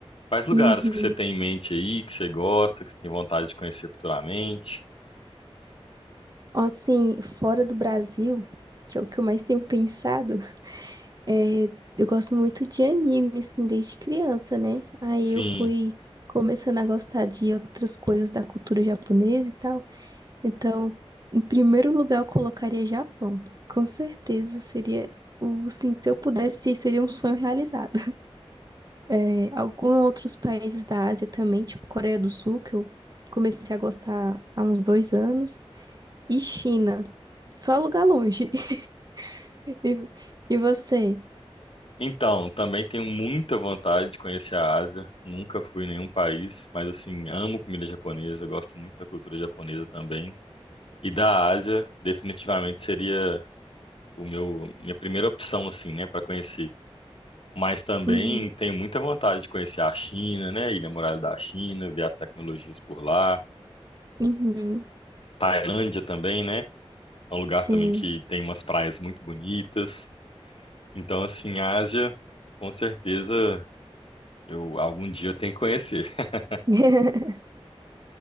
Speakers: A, on the left; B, on the right.
A: quais lugares
B: Uhum.
A: que você tem em mente aí, que você gosta, que você tem vontade de conhecer futuramente?
B: Assim, fora do Brasil, que é o que eu mais tenho pensado, é, eu gosto muito de anime, assim, desde criança, né? Aí
A: Sim.
B: eu fui começando a gostar de outras coisas da cultura japonesa e tal. Então, em primeiro lugar, eu colocaria Japão. Com certeza seria o, assim, se eu pudesse, seria um sonho realizado. É, alguns outros países da Ásia também, tipo Coreia do Sul, que eu comecei a gostar há uns dois anos, e China. Só lugar longe. <laughs> E, e você?
A: Então, também tenho muita vontade de conhecer a Ásia. Nunca fui em nenhum país, mas assim, amo comida japonesa, gosto muito da cultura japonesa também. E da Ásia, definitivamente seria o meu minha primeira opção assim, né, para conhecer. mas também
B: Uhum.
A: tenho muita vontade de conhecer a China, né? Ir na muralha da China, ver as tecnologias por lá.
B: Uhum.
A: Tailândia também, né? É um lugar
B: Sim.
A: também que tem umas praias muito bonitas. Então, assim, a Ásia, com certeza, eu algum dia eu tenho que conhecer. <laughs>
B: <laughs>